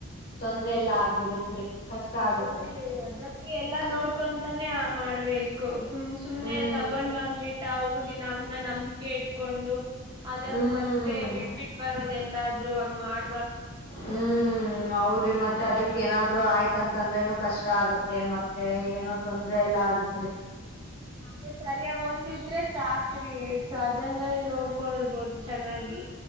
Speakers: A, on the left; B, on the right.
A: ತೊಂದ್ರ ಎಲ್ಲಾ ಆಗ್ಬಿಡತ್ರಿ ಕಷ್ಟ ಆಗತ್ತೆ
B: ಹೌದಿ ಅದಕ್ಕೆ ಎಲ್ಲಾ ನೋಡ್ ಕೊಂತಾನೇ ಮಾಡ್ಬೇಕು ಸುಮ್ನೆ ಸುಮ್ನೆ
A: ಹ್ಮ್
B: ತಗೊಂಡ್ ಬಂದ್ಬಿಟ್ಟ ಅವಿಗೆ ನಮ ನಂಬಿಕೆ ಇಟ್ಕೊಂಡು ಅದಕ
A: ಹ್ಮ್
B: ಮತ್ತೆ ಬಿಟ್ ಬಿಟ್ಟ ಬರೋದೆ ಎಲ್ಲ ಹಂಗ್ ಮಾಡ
A: ಹ್ಮ್ ಹೌದ್ರಿ ಮತ್ತೆ ಅದಕ್ ಏನಾದ್ರು ಆಯ್ತ ಆಂತಂದ್ರೇನು ಕಷ್ಟ ಆಗತ್ತೆ ಮತ್ತೆ ಏನೋ ತೊಂದ್ರ ಎಲ್ಲಾ ಆಗತ್ರಿ
B: ಅದೇ ಸರಿಯಾಗಿ ಒಂದಿದ್ರೆ ಸಾಕ್ರಿ ಸೊ ಅದನ್ನ ನೋಡ್ಕೊಳ್ಬೋದು ಚೆನ್ನಾಗಿ